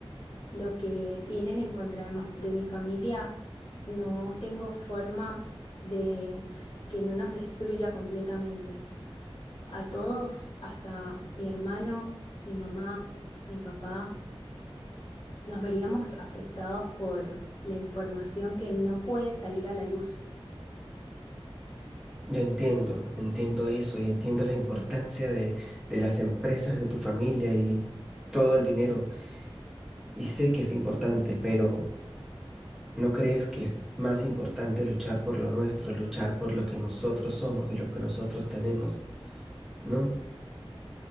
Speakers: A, on the left; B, in the centre.
A: Lo que tienen en contra de, mo- de mi familia, no tengo forma de que no nos destruya completamente. A todos, hasta mi hermano, mi mamá, mi papá, nos veríamos afectados por la información que no puede salir a la luz.
B: Yo entiendo, entiendo eso y entiendo la importancia de, de las empresas, de tu familia y todo el dinero y sé que es importante, pero ¿no crees que es más importante luchar por lo nuestro, luchar por lo que nosotros somos y lo que nosotros tenemos? ¿no?